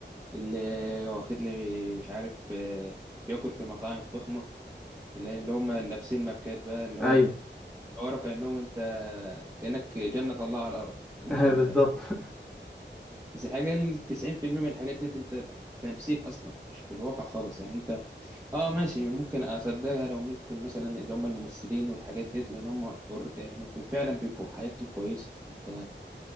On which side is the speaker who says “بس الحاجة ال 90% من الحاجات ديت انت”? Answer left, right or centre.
Right